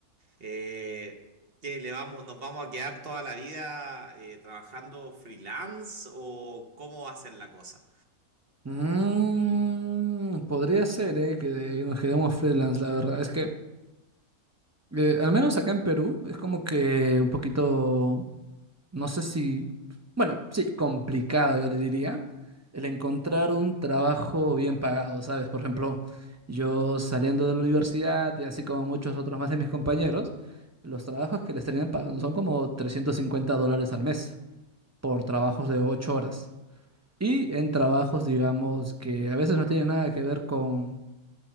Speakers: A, on the right; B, on the right.
A: Eh, ¿qué le vamos, nos vamos a quedar toda la vida eh, trabajando freelance o cómo va a ser la cosa?
B: Mm, podría ser, eh, que nos quedemos freelance, la verdad. Es que, eh, al menos acá en Perú, es como que un poquito, no sé si, bueno, sí, complicado, yo le diría, el encontrar un trabajo bien pagado, ¿sabes? Por ejemplo, yo saliendo de la universidad y así como muchos otros más de mis compañeros, los trabajos que les terminan pagando son como 350 dólares al mes por trabajos de 8 horas. Y en trabajos, digamos, que a veces no tienen nada que ver con,